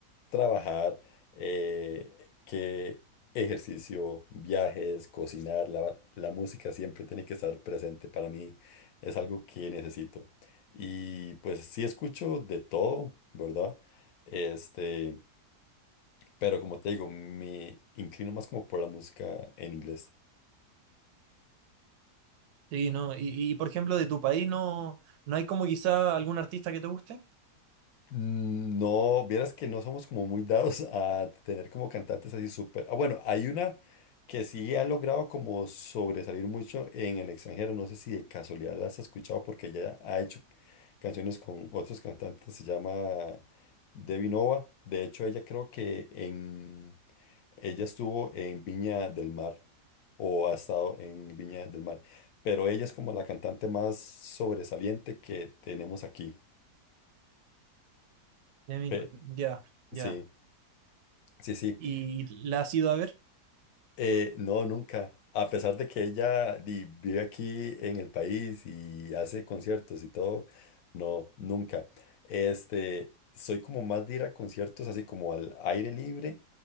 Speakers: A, on the left; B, on the right.
A: Trabajar, eh, que ejercicio, viajes, cocinar, lavar. La música siempre tiene que estar presente. Para mí es algo que necesito. Y pues sí escucho de todo, ¿verdad? Este, pero como te digo, me inclino más como por la música en inglés.
B: Sí, no, y, y por ejemplo, de tu país no, no hay como quizá algún artista que te guste.
A: Mm, No, vieras que no somos como muy dados a tener como cantantes así súper. Ah, bueno, hay una que sí ha logrado como sobresalir mucho en el extranjero. No sé si de casualidad las has escuchado porque ella ha hecho canciones con otros cantantes. Se llama Debbie Nova. De hecho, ella creo que en ella estuvo en Viña del Mar o ha estado en Viña del Mar. Pero ella es como la cantante más sobresaliente que tenemos aquí.
B: De mí
A: Pe-
B: no. Ya, ya.
A: sí. Sí, sí.
B: ¿Y la has ido a ver?
A: Eh, no, nunca. A pesar de que ella di- vive aquí en el país y hace conciertos y todo, no, nunca. Este, soy como más de ir a conciertos así como al aire libre